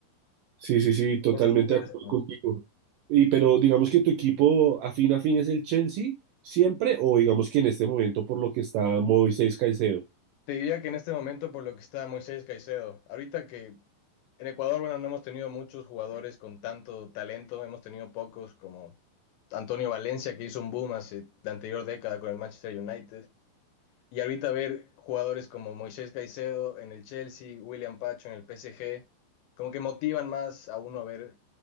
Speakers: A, on the right (about 80°); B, on the left (about 80°).
A: sí, sí, sí, totalmente
B: Piensas tú de
A: de acuerdo
B: eso?
A: contigo. Y pero digamos que tu equipo afín a fin es el Chelsea siempre, o digamos que en este momento por lo que está Moisés Caicedo.
B: Te diría que en este momento por lo que está Moisés Caicedo. Ahorita que en Ecuador, bueno, no hemos tenido muchos jugadores con tanto talento, hemos tenido pocos como Antonio Valencia, que hizo un boom hace la anterior década con el Manchester United. Y ahorita ver jugadores como Moisés Caicedo en el Chelsea, William Pacho en el PSG, como que motivan más a uno a ver